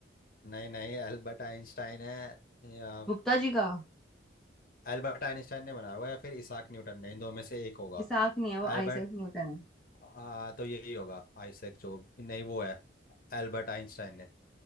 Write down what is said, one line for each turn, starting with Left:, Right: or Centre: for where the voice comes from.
Left: नहीं नहीं एल्बर्ट आइंस्टाइन है या
Centre: गुप्ता जी का
Left: एल्बर्ट आइंस्टाइन ने बनाया होगा या फिर इसाक न्यूटन ने इन दो में से एक होगा
Centre: इसाक नहीं है वो
Left: एल्बर्ट
Centre: आइजैक न्यूटन है
Left: आ, तो यही होगा आइसैक जो नहीं वो है एल्बर्ट आइंस्टाइन ने